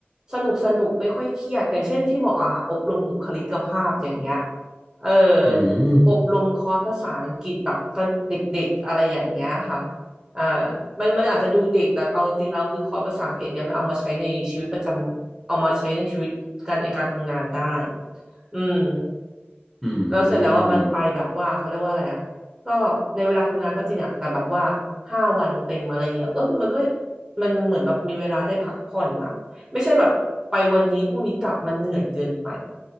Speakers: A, on the right; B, in the centre.
A: สนุกสนุกไม่ค่อยเครียดอย่างเช่นที่บอกอะค่ะอบรมบุคลิกภาพอย่างเงี้ยเออ
B: อืม
A: อบรมคอร์สภาษาอังกฤษแบบตอนเด็กๆอะไรอย่างเงี้ยค่ะ อ่ามันมันอาจจะดูเด็กแต่เอาจริงๆแล้วคือคอร์สภาษาอังกฤษเนี่ยมันเอามาใช้ในชีวิตประจำเอามาใช้ในชีวิตการในการทำงานได้อืม
B: อื
A: แล้วเสร็จแล้วอ่ะมันไปแบบว่าเขาเรียกว่าอะไรอ่ะก็ในเวลาทำงานก็จริงอ่ะแต่แบบว่าห้าวันเต็มอะไรเงี้ยก็คือมันก็
B: ม
A: มันเหมือนแบบมีเวลาได้พักผ่อนอ่ะไม่ใช่แบบไปวันนี้พรุ่งนี้กลับมันเหนื่อยเกินไป